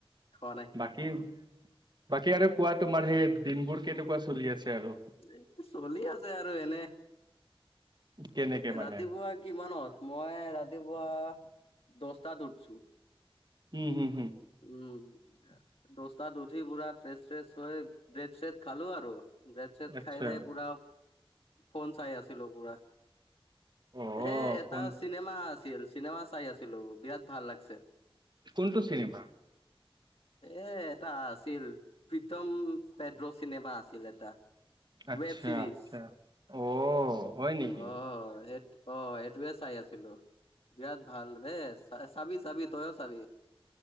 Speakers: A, on the left; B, on the right.
A: খোৱা নাই
B: বাকী দিম বাকী আৰু কোৱা তোমাৰ সেই দিনবোৰ কেনেকুৱা চলি আছে আৰু?
A: এই চলি আছে আৰু এনে
B: কেনেকে মানে
A: ৰাতিপুৱা কিমানত মই ৰাতিপুৱা দহটাত উঠিছোঁ।
B: হুম-হুম-হুম।
A: উম, দহটাত উঠি পুৰা ফ্ৰেছ-ফ্ৰেছ হৈ ব্ৰেড-চেড খালো আৰু। ব্ৰেড-চেড
B: আচ্ছা
A: খাই লৈ পুৰা, ফোন চাই আছিলো পুৰা।
B: অ
A: এ এটা
B: কোন
A: চিনেমা আছিল, চিনেমা চাই আছিলো বিৰাট ভাল লাগছে।
B: কোনটো চিনেমা?
A: এ এটা আছিল প্ৰীতম পেড্ৰ চিনেমা আছিল এটা।
B: আচ্ছা
A: ৱেব চিৰিজ,
B: আচ্ছা অ হয় নেকি
A: অ সেই অ এইটোৱেই চাই আছিলো, বিৰাট ভাল হে চাবি-চাবি তইও চাবি।